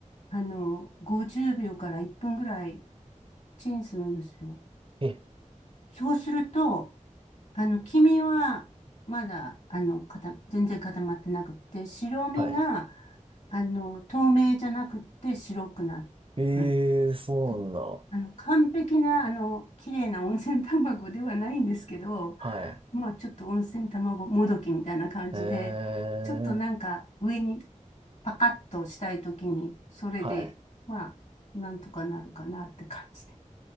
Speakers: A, on the left; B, on the right.
A: あの、50秒から1分ぐらいチンするんですよ。
B: え、
A: そうすると、あの、黄身は、まだ、あの、固全然固まってなくって、白身が、
B: はい。
A: あの、透明じゃなくって白くなる。
B: ええそうなんだ。
A: であの、完璧な、あの、綺麗な温泉卵ではないんですけど、
B: はい。
A: まあ、ちょっと温泉卵もどきみたいな感じで、
B: ええ
A: ちょっとなんか上にパカッとしたいときに、それで、
B: はい。
A: まあ、なんとかなるかなって感じ